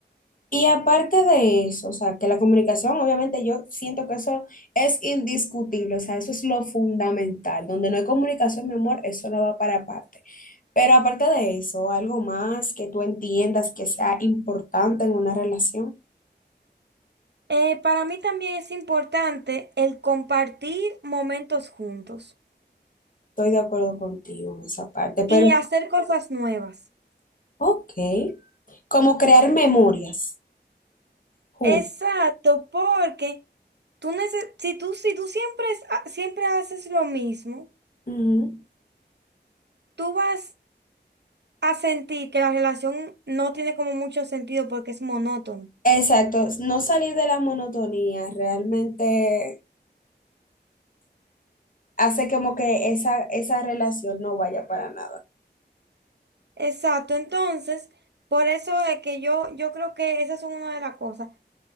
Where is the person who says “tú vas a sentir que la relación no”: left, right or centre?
Right